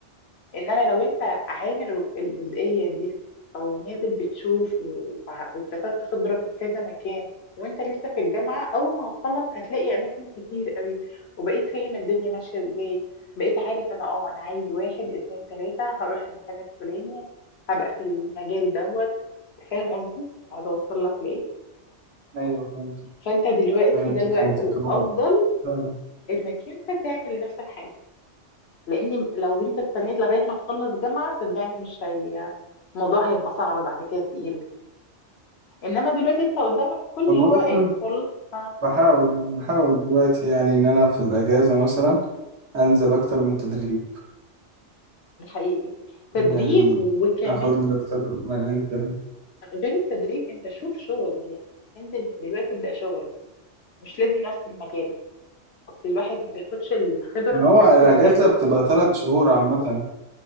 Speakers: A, on the left (about 65°); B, on the right (about 65°).
A: ان انا لو انت عامل الجزئيه دي او نازل بتشوف و- وع- واكتسبت خبره من كذا مكان وانت لسه في الجامعه اول ما هتخلص هتلاقي اماكن كتير قوي وبقيت فاهم الدنيا ماشيه ازاي بقيت عارف انا اه انا عايز واحد اتنين تلاته هروح المكان الفلاني هبقى في المجال دوت فاهم قصدي اقعد اوصل لك لايه
B: ايوه فهمتك
A: فانت دلوقتي
B: فهمتك
A: ده الوقت
B: فهمتك
A: الافضل
B: هو لا لا
A: انك انت تعمل لنفسك حاجه لان لو انت استنيت لغايه ما تخلص جامعه صدقني مش هي الموضوع هيبقى صعب بعد كده تقيل انما دلوقتي انت قدامك كل
B: والله
A: اللي هو
B: مثلا
A: ايه والله ها
B: بحاول بحاول دلوقتي يعني ان انا في الاجازه مثلا انزل اكتر من تدريب
A: ده حقيقي تدريب
B: يعني
A: وكمان
B: اخد لي اكتر من انت
A: غير التدريب انت شوف شغل يعني انزل من دلوقتي ابدا شغل مش لازم نفس المجال اصل الواحد ما بياخدش الخبره
B: ما
A: من
B: هو
A: نفس
B: الاجازه
A: مجاله
B: بتبقى ثلاث شهور عامه